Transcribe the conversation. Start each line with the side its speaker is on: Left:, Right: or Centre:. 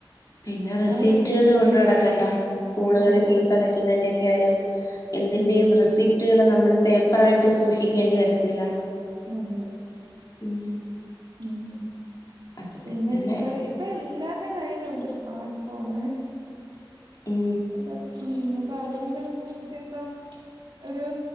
Left: പിന്നെ റെസിപ്റ്റുകൾ
Right: അവിടെ
Left: കൊണ്ട് നടക്കണ്ട. സ്കൂളുകളി
Right: ആ അതെ
Left: ഫീസടക്കുന്നതിന്റൊക്കെ
Right: അതെ
Left: ആയാലും എന്തിന്റെയും
Right: ഉം
Left: റെസിപ്റ്റുകൾ നമ്മള് പേപ്പറായിട്ട് സൂക്ഷിക്കേണ്ടി വരത്തില്ല
Right: അതെ
Left: ഉം
Right: ഉം
Left: അതൊക്കെ
Right: പിന്നെ
Left: തന്നെ
Right: ഇപ്പെയ് ഇപ്പൊ എല്ലാരുടെ കയ്യിലുണ്ട് സ്മാർട്ട് ഫോണ്
Left: ഉം
Right: ഉം അപ്പ അതുകൊണ്ട് പിന്നെ ഇതിപ്പം ഒരു